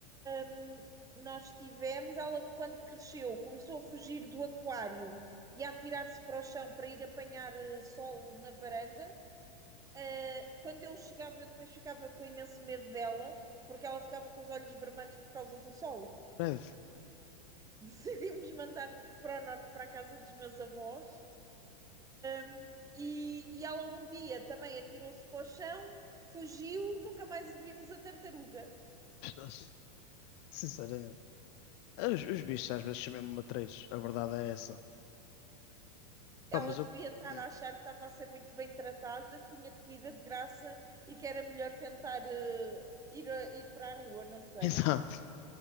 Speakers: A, on the right; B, on the left.
A: hum, nós tivemos, ela quando cresceu começou a fugir do aquário e a atirar-se para o chão para ir apanhar eh, sol na varanda. Eh, quando eu chegava, eu depois ficava com imenso medo dela, porque ela ficava com os olhos vermelhos por causa do sol.
B: Breve.
A: <laughs> Decidimos mandar para o norte, para a casa dos meus avós. Hum, e, e ela um dia também atirou-se para o chão, fugiu, nunca mais a vimos a tartaruga.
B: <laughs> Sinceramente. Os, os bichos às vezes são mesmo matreiros, a verdade é essa.
A: ela
B: Pá, mas
A: devia
B: eu.
A: estar
B: Hum.
A: a achar que estava a ser muito bem tratada, que tinha comida de graça e que era melhor tentar eh, ir, a- ir para a rua, não
B: <laughs>
A: sei.
B: Exato.